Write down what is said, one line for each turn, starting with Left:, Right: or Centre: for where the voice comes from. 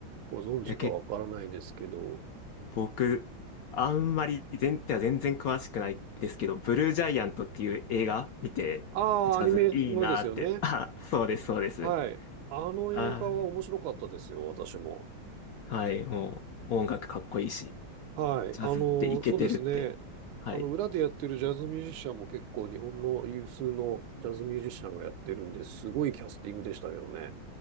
Right: ご存知かわからないですけど、
Left: え、け、僕、あんまり全体は全然詳しくないですけど、ブルージャイアントっていう映画見て、
Right: ああ、
Left: ジャズいいなーって。
Right: アニメのですよね。
Left: <laughs> あ、そうです、そうです。
Right: はい。あの映画は面白かったですよ、
Left: あ
Right: 私も。
Left: あ、はい、もう音楽かっこいいし、
Right: はい。
Left: ジャズってイケてるって。
Right: あの、そうですね。
Left: はい。
Right: あの、裏でやってるジャズミュージシャンも結構日本の有数のジャズミュージシャンがやってるんで、すごいキャスティングでしたけどね。